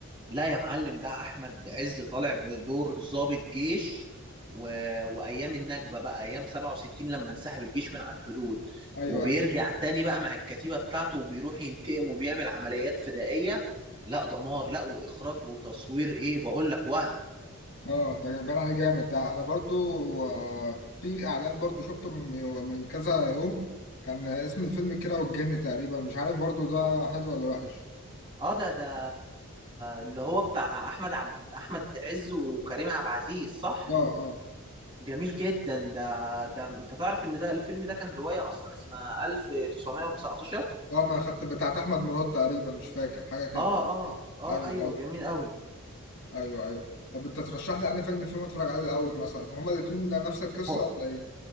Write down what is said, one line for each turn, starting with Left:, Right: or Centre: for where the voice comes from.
Right: لا يا معلم ده أحمد عز طالع بدور ضابط جيش و... وأيام النكبة بقى أيام 67 لما انسحب الجيش من على الحدود
Left: ايوه
Right: وبيرجع
Left: أيوه.
Right: تاني بقى مع الكتيبة بتاعته وبيروح ينتقم وبيعمل عمليات فدائية لا دمار لا وإخراج وتصوير إيه بقول لك وهم
Left: اه ده باين عليه جامد ده انا برضو آه، في اعلان برضو شفته من يو- من كذا يوم كان اسم الفيلم كيرة والجن تقريبا مش عارف برضو ده حلو ولا وحش
Right: اه ده ده اللي هو بتاع احمد عب... احمد عز وكريم عبد العزيز صح
Left: اه اه
Right: جميل جدا ده ده انت تعرف ان ده الفيلم ده كان رواية اصلا اسمها 1919
Left: اه اه، ما انا خدت بتاعت احمد مراد تقريبا مش فاكر حاجه كده
Right: اه اه اه
Left: ايوه
Right: ايوه
Left: ايوه
Right: جميل قوي
Left: ايوه ايوه طب انت ترشح لي انهي فيلم فيهم اتفرج عليه الاول مثلا هما الاتنين نفس القصه
Right: هو
Left: ولا ايه